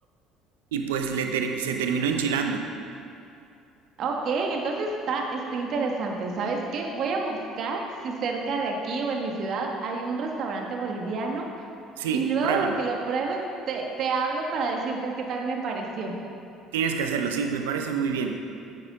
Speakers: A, on the right (about 85°); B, on the right (about 55°).
A: Y pues le ter- se terminó enchilando.
B: Ok, entonces está, está interesante. ¿Sabes qué? Voy a buscar si cerca de aquí o en mi ciudad hay un restaurante boliviano
A: Sí,
B: y luego
A: pruébalo.
B: de que lo pruebe, te, te hablo para decirte qué tal me pareció.
A: Tienes que hacerlo, sí, me parece muy bien.